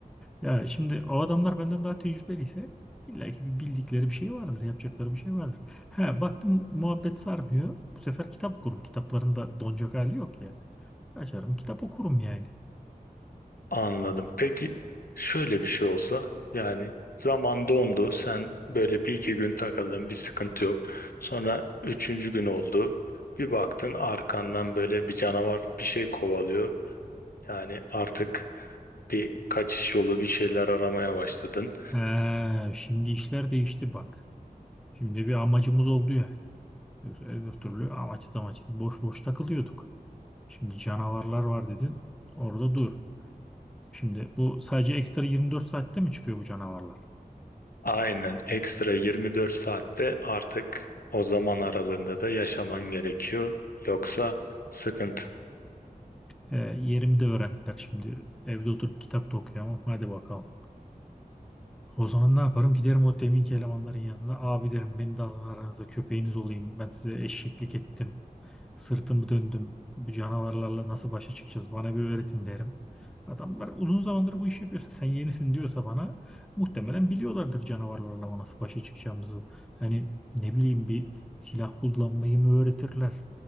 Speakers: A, in the centre; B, on the left (about 70°).
A: Ya şimdi o adamlar benden daha tecrübeliyse illa ki bir bildikleri bir şey vardır, yapacakları bir şey vardır. He, baktım muhabbet sarmıyor. Bu sefer kitap okurum. Kitaplarında donacak hali yok ya. Açarım kitap okurum yani.
B: Anladım. Peki şöyle bir şey olsa yani zaman dondu sen böyle bir iki gün takıldın bir sıkıntı yok. Sonra üçüncü gün oldu bir baktın arkandan böyle bir canavar bir şey kovalıyor. Yani artık bir kaçış yolu bir şeyler aramaya başladın.
A: He, şimdi işler değişti bak. Şimdi bir amacımız oldu yani. Yoksa öbür türlü amaçsız amaçsız boş boş takılıyorduk. Şimdi canavarlar var dedin. Orada dur. Şimdi bu sadece ekstra 24 saatte mi çıkıyor bu canavarlar?
B: Aynen ekstra 24 saatte artık o zaman aralığında da yaşaman gerekiyor. Yoksa sıkıntı.
A: He, yerimi de öğrendiler şimdi. Evde oturup kitap da okuyamam. Hadi bakalım. O zaman ne yaparım? Giderim o deminki elemanların yanına. Abi derim beni de alın aranıza köpeğiniz olayım. Ben size eşeklik ettim. Sırtımı döndüm. Bu canavarlarla nasıl başa çıkacağız? Bana bir öğretin derim. Adamlar uzun zamandır bu işi yapıyorsa sen yenisin diyorsa bana muhtemelen biliyorlardır canavarlarla nasıl başa çıkacağımızı. Hani ne bileyim bir silah kullanmayı mı öğretirler?